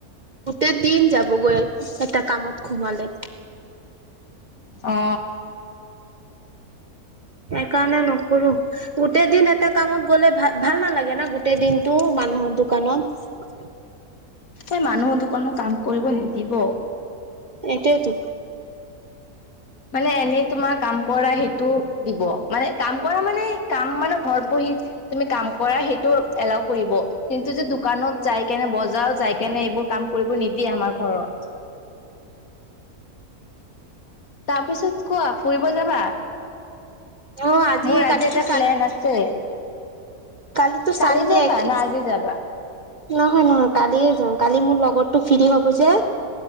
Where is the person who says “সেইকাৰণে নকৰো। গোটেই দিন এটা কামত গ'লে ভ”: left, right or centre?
Right